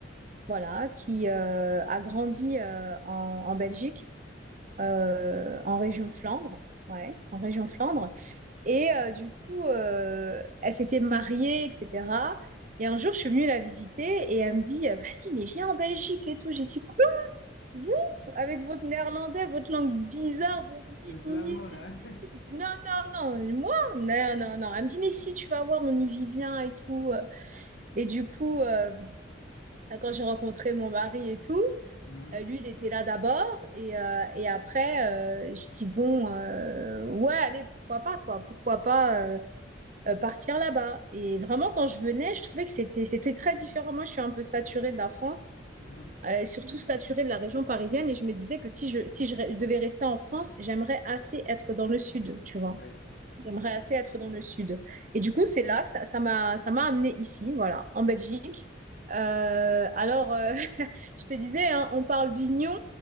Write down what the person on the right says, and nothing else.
voilà, qui euh, a grandi euh, en, en Belgique, euh,
en région Flandre, ouais, en région Flandre. Et euh, du coup, euh, elle s'était mariée, etc. Et un jour, je suis venue la visiter et elle me dit, vas-y, mais viens en Belgique et tout. J'ai dit, vous, avec votre néerlandais, votre langue bizarre, vos ni,
ni,
ni,
ni.
J'ai dit non, non, non, moi, non, non, non. Elle me dit, mais si, tu vas voir, on y vit bien et tout. Et du coup, euh, quand j'ai rencontré mon mari et tout,
euh, lui, il était là d'abord. Et, euh, et après, euh, j'ai dit, bon, euh, ouais, allez, pourquoi pas, quoi. Pourquoi pas euh, euh, partir là-bas. Et vraiment, quand je venais, je trouvais que c'était, c'était très différent. Moi, je suis un peu saturée de la France
euh, surtout saturée de la région parisienne. Et je me disais que si je, si je re- devais rester en France, j'aimerais assez être dans le sud, tu vois.
J'aimerais
assez être dans le sud.
Et du coup, c'est là que ça, ça m'a, ça m'a amenée ici, voilà, en Belgique. Euh, alors, euh, <laughs> je te disais, hein, on parle d'union,